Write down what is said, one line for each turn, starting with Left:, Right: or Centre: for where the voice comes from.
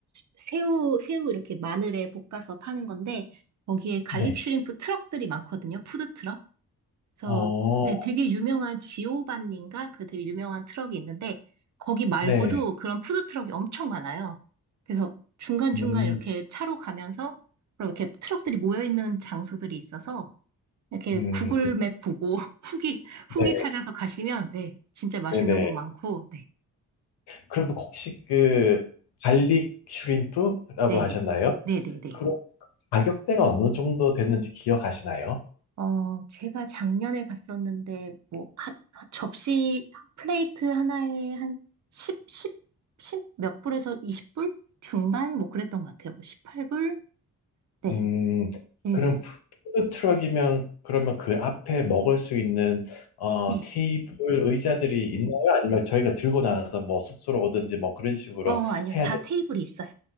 Right: 새우, 새우 이렇게 마늘에 볶아서 파는 건데, 거기에 갈릭
Left: 네,
Right: 슈림프 트럭들이 많거든요. 푸드 트럭. 그래서
Left: 어,
Right: 네, 되게 유명한 지오반니인가? 그 되게 유명한 트럭이 있는데, 거기 말고도
Left: 네,
Right: 그런 푸드 트럭이 엄청 많아요. 그래서 중간중간
Left: 음,
Right: 이렇게 차로 가면서, 그럼 이렇게 트럭들이 모여있는 장소들이 있어서, 이렇게
Left: 음,
Right: 구글 맵 보고 <laughs> 후기, 후기
Left: 네,
Right: 찾아서 가시면, 네, 진짜 맛있는
Left: 네네.
Right: 곳 많고, 네,
Left: 그럼 혹시 그 갈릭 슈림프라고
Right: 네,
Left: 하셨나요?
Right: 예. 네, 네, 네.
Left: 그럼 가격대가 어느 정도 됐는지 기억하시나요?
Right: 어, 제가 작년에 갔었는데, 뭐, 한, 한 접시, 플레이트 하나에 한 10, 10, 10 몇 불에서 20불? 중반? 뭐 그랬던 것 같아요. 뭐 18불? 네.
Left: 음,
Right: 네.
Left: 그럼 푸- 푸드 트럭이면 그러면 그 앞에 먹을 수 있는 어,
Right: 네.
Left: 테이블 의자들이 있나요? 아니면 저희가 들고 나와서 뭐 숙소로 오든지 뭐 그런 식으로
Right: 어, 아니요.
Left: 해야
Right: 다
Left: 되나요?
Right: 테이블이 있어요.